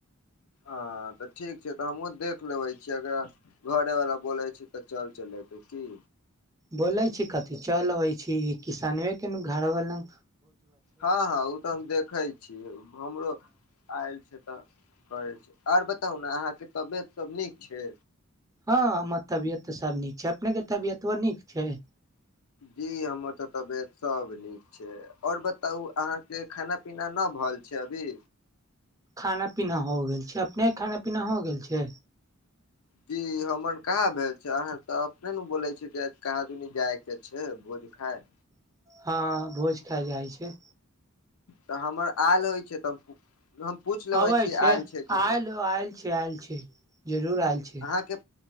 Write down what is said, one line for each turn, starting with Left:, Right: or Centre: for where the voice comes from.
Left: आ हँ तऽ ठीक छै तऽ हमहूँ देख लेबै छियै अगर घरेवला बोलै छी तऽ चल चल चले छी की
Right: बोलै छी कथि चल अबै छी किसाने के घरवाल न
Left: हँ हँ ओ तऽ हम देखै छीय हमरो आय से तऽ करै छी आर बताउ ने अहाँके तबियत सब नीक छै
Right: हँ हमर तबियत तऽ सब नीक छै अपने के तबियतो नीक छै
Left: जी हमर तऽ तबियत सब नीक छै और बताउ अहाँके खाना पीना न भल छै अभी
Right: खाना पीना हो गेल छै अपने खाना पीना हो गेल छै
Left: जी हमर कहाँ भेल छै अहं त अपने ने बोले छी नी जाइके छै भोज खाय
Right: हँ भोज खााय जाइ छै
Left: तऽ हमर आयल होइ छै तऽ हम पूछ लेबे
Right: अबै
Left: छी
Right: छै
Left: आयल कि न
Right: आयल आयल छै आयल छै जरूर आयल छै
Left: अहाँके